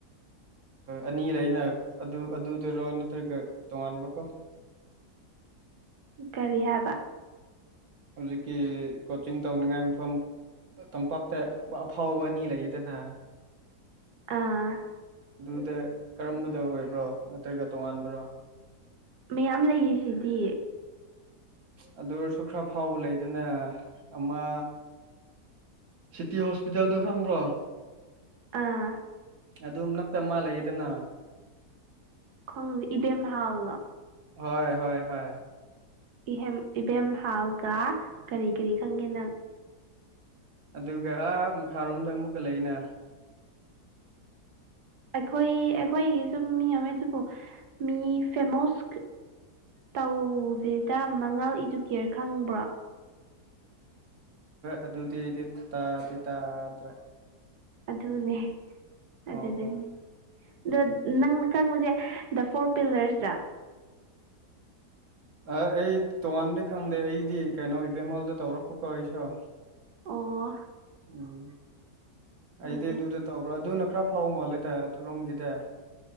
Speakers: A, on the right; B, on the right.
A: ꯑꯅꯤꯂꯩꯅ ꯑꯗꯨ ꯑꯗꯨꯗꯔꯣ ꯅꯠꯇ꯭ꯔꯒ ꯇꯣꯉꯥꯟꯕ ꯀꯣ
B: ꯀꯔꯤ ꯍꯥꯏꯕ
A: ꯍꯧꯖꯤꯛꯀꯤ ꯀꯣꯆꯤꯡ ꯇꯧꯅꯤꯡꯉꯥꯏ ꯃꯐꯝ ꯇꯝꯄꯥꯛꯇ ꯑꯐꯥꯎꯕ ꯑꯅꯤ ꯂꯩꯌꯦꯗꯅꯥ
B: ꯑꯥ
A: ꯑꯗꯨꯗ ꯀꯔꯝꯕꯗ ꯑꯣꯏꯕ꯭ꯔꯣ ꯅꯠꯇ꯭ꯔꯒ ꯇꯣꯉꯥꯟꯕ꯭ꯔꯣ
B: ꯃꯌꯥꯝ ꯂꯩꯔꯤꯁꯤꯗꯤ
A: ꯑꯗꯨ ꯑꯣꯢꯔꯁꯨ ꯈꯔ ꯐꯥꯎꯕ ꯂꯩꯗꯅ ꯑꯃ ꯁꯤꯇꯤ ꯍꯣꯁꯄꯤꯇꯥꯜꯗꯣ ꯈꯪꯕ꯭ꯔꯣ
B: ꯑꯥ
A: ꯑꯗꯨꯝ ꯅꯛꯇ ꯃꯥ ꯂꯩꯌꯦꯗꯅ
B: ꯈꯣꯡꯦ ꯏꯕꯦꯝꯍꯥꯜꯅꯣ
A: ꯍꯣꯏ ꯍꯣꯏ ꯍꯣꯏ
B: ꯏꯍꯦꯝ ꯏꯕꯦꯝꯍꯥꯜꯒ ꯀꯔꯤ ꯀꯔꯤ ꯈꯪꯒꯦ ꯅꯪ
A: ꯑꯗꯨꯒ ꯑꯥ ꯃꯈꯥꯔꯣꯝꯗ ꯑꯃꯨꯛꯀ ꯂꯩꯅ
B: ꯑꯩꯈꯣꯏ ꯑꯩꯈꯣꯏꯒꯤꯁꯨ ꯃꯤ ꯑꯃ ꯑꯗꯨꯕꯨ ꯃꯤ ꯐꯦꯃꯣꯁ ꯇꯧꯗꯦꯗ ꯃꯉꯥ ꯏꯗꯨꯀꯦꯌꯔ ꯈꯪꯕ꯭ꯔꯣ
A: ꯑꯗꯨꯗꯤ ꯑꯩꯗꯤ ꯇꯥꯗꯤ ꯇꯥꯗ꯭ꯔꯦ
B: ꯑꯗꯨꯅꯦ ꯑꯗꯨꯗꯨꯅꯦ
A: ꯑꯣ ꯑꯣ
B: ꯑꯗꯣ ꯅꯪꯅ ꯈꯪꯉꯨꯁꯦ ꯗ ꯐꯣꯔ ꯄꯤꯂꯔꯁꯗ
A: ꯑꯩ ꯇꯣꯉꯥꯟꯕꯗꯤꯩ ꯈꯪꯗꯦ ꯑꯩꯗꯤ ꯀꯩꯅꯣ ꯏꯕꯦꯝꯃꯣꯜꯗ ꯇꯧꯔꯛꯄꯀꯣ ꯑꯩꯁꯨ
B: ꯑꯣ
A: ꯎꯝ ꯑꯩꯗꯤ
B: ꯎꯝ ꯎꯝ
A: ꯑꯗꯨꯗ ꯇꯧꯕ꯭ꯔꯣ ꯑꯗꯨꯅ ꯈꯔ ꯐꯥꯎ ꯃꯥꯜꯂꯦꯗ ꯑꯗꯨꯔꯣꯝꯒꯤꯗꯤ